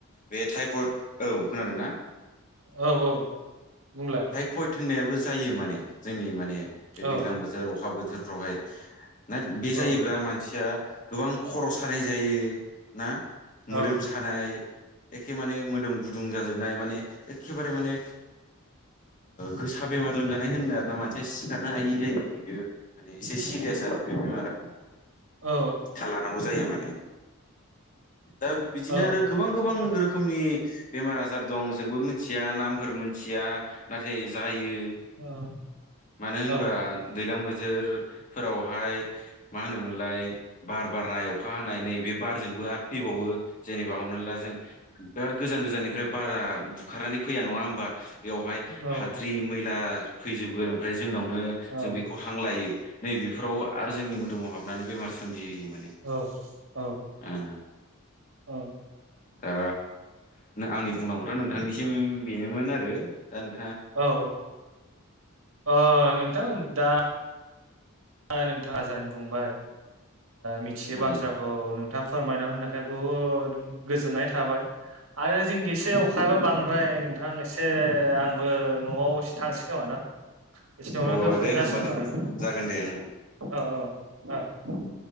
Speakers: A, on the left; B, on the right.
A: बे टाइफइड औ खोनादोंना?
B: औ औ बुंलाय
A: टाइफयड होननायाबो जायो माने जोंनि माने बे दैज्लां
B: औ
A: बोथोर अखा बोथोरफ्रावहाय ना
B: औ
A: बे जायोब्ला मानसिया गोबां खर' सानाय जायो ना मोदोम
B: औ
A: सानाय एखे माने मोदोम गुदुं जाजोबनाय माने एखेबारे माने गोसा बेमार लोमजानाय होनो आरोना मानसिया सिखारनो हायि जायो बियो। माने एसे सिरियास आरो बे बेमारा
B: औ
A: थाल लानांगौ जायो माने। दा बिदिनो
B: औ
A: आरो गोबां गोबां रो खोमनि बेमार आजार दं जोंबो मिथिया नामफोर मोनथिया नाथाय जायो।
B: औ
A: मानो होनबा
B: औ
A: दैलां बो थोर फोरावहाय मा होनोमोनलाय बार बारनाय अखा नाय नैबे बारजोंबो आरो फैबावो जेनेबा हमनानै ला जों बिराद गोजान गोजाननिफ्राय बारा बुखारनानै फैया नङा होमबा बेयावहाय
B: औ
A: हाद्रि मैला फैजोबगोन ओमफ्राय जोंनावनो
B: औ
A: जों बेखौ हां लायो नैबे बेफोराव आरो जोंनि मोदोमाव हाबनानै बेमार सोमजिहोयो माने
B: औ औ
A: ओ
B: औ
A: दा आंनि बुंनांगौथ' नोंथांनिसिम बेनोमोन आरो दा नों
B: औ औ अ नोंथां दा नोंथाङा जा बुंबाय मिथियो
A: उम
B: बाथ्राखौ नोंथां फोरमायना होनायनि थाखाय बुहुद गोजोननाय थाबाय आरो जोनिखि एसे अखायाबो बांद्राय नोंथां एसे आंबो न'आव एसे थांसै खोमा नां बेखिनियावनो
A: अ
B: दोन्थ'नाय
A: दे
B: जासिगोन
A: होमबालाय
B: नामा नोंथां
A: जागोन दे ओं
B: औ औ ओ